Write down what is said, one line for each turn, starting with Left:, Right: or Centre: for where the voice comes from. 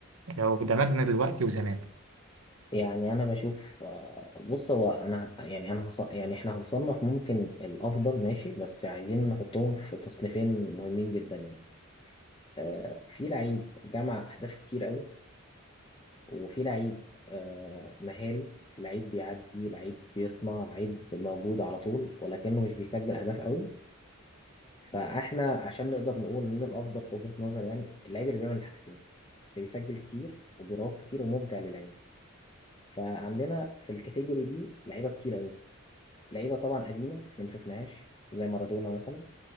Right: لو دمجنا دلوقتي وزمان
Left: يعني انا بشوف آه، بص هو انا يعني انا هص... يعني احنا هنصنف ممكن الافضل ماشي بس عايزين نحطهم في تصنيفين مهمين جدا يعني آه، في لعيب جمع اهداف كتير قوي وفي لعيب آه، مهاري لعيب بيعدي لعيب بيصنع لعيب موجود على طول ولكنه مش بيسجل اهداف قوي فاحنا عشان نقدر نقول مين الافضل في وجهة نظر يعني اللعيب اللي بيعمل الحاجتين اللي بيسجل كتير وبيراوغ كتير وممتع للعين فعندنا في الكاتيجوري دي لعيبه كتير قوي لعيبه طبعا قديمه احنا ما شفناهاش زي مارادونا مثلا